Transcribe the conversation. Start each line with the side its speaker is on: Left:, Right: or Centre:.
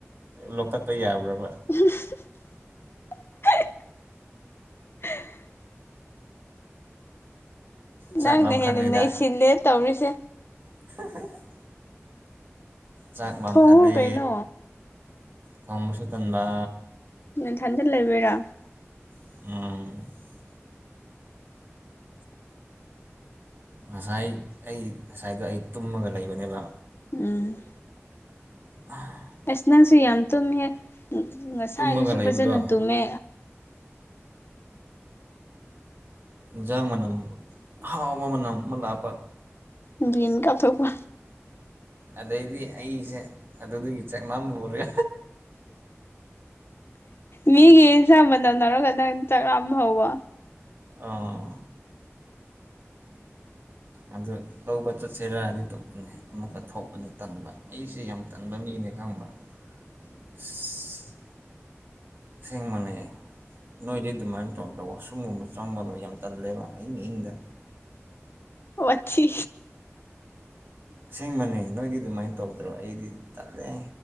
Right: ꯂꯧꯈꯠꯄ ꯌꯥꯕ꯭ꯔꯕ꯭ꯔ
Left: <unintelligible>
Right: ꯆꯥꯛ
Left: ꯅꯪꯅ
Right: ꯂꯥꯝꯈꯠꯂꯦꯗ
Left: ꯍꯦꯟꯅ ꯅꯩ ꯁꯤꯜꯂꯦ ꯇꯧꯔꯤꯁꯦ
Right: <unintelligible> ꯆꯥꯛ ꯂꯥꯝꯈꯠꯂꯦ
Left: ꯊꯣꯡꯉꯨ ꯀꯩꯅꯣ
Right: ꯊꯣꯡꯕꯁꯨ ꯇꯟꯕ
Left: ꯅꯊꯟꯇ ꯂꯩꯕꯔꯥ
Right: ꯑ ꯉꯁꯥꯏ ꯑꯩ ꯉꯁꯥꯏꯗꯣ ꯑꯩ ꯇꯨꯝꯃꯒ ꯂꯩꯕꯅꯦꯕ
Left: ꯎꯝ
Right: ꯑ
Left: ꯑꯁ ꯅꯪꯁꯨ ꯌꯥꯝ ꯇꯨꯝꯃꯦ ꯉꯁꯥꯏꯗꯨꯁꯨ
Right: ꯇꯨꯝꯃꯒ ꯂꯩꯕꯗꯣ
Left: ꯐꯖꯅ ꯇꯨꯝꯃꯦ
Right: ꯏꯟꯁꯥꯡ ꯃꯅꯝ ꯍꯥꯎꯕ ꯃꯅꯝ ꯑꯃ ꯂꯥꯛꯄ
Left: <unintelligible> ꯀꯊ ꯀ
Right: ꯑꯗꯩꯗꯤ ꯑꯩꯁꯦ ꯑꯗꯨꯒꯤ ꯆꯥꯛ ꯂꯥꯝꯕ ꯍꯧꯔꯦ
Left: ꯃꯤꯒꯤ ꯏꯟꯁꯥꯡ ꯃꯟꯅꯝ ꯂꯧꯔꯒꯗꯪ ꯆꯥꯛ ꯂꯥꯝꯕ ꯍꯧꯔꯕ
Right: ꯑꯥ ꯑꯗꯨ ꯇꯧꯕ ꯆꯠꯁꯤꯔꯗꯤ ꯇꯄꯅꯦ ꯑꯃꯨꯛꯀ ꯊꯧꯕꯗ ꯇꯟꯕ ꯑꯩꯁꯦ ꯌꯥꯝ ꯇꯟꯕ ꯃꯤꯅꯦ ꯈꯪꯕ꯭ꯔꯥ ꯑꯁ ꯑꯁꯦꯕꯅꯦ ꯅꯣꯏꯗꯤ ꯑꯗꯨꯃꯥꯏꯅ ꯇꯧꯕꯗ ꯋꯥꯁꯔꯨꯝꯒꯨꯝꯕ ꯆꯪꯕꯗꯣ ꯌꯥꯝ ꯇꯜꯂꯦꯕ ꯑꯩꯅ ꯑꯍꯤꯡꯗ
Left: ꯋꯥꯊꯤ
Right: ꯑꯁꯦꯡꯕꯅꯦ ꯅꯣꯏꯗꯤ ꯑꯗꯨꯃꯥꯏꯅ ꯇꯧꯗ꯭ꯔꯣ ꯑꯩꯗꯤ ꯇꯠꯂꯦ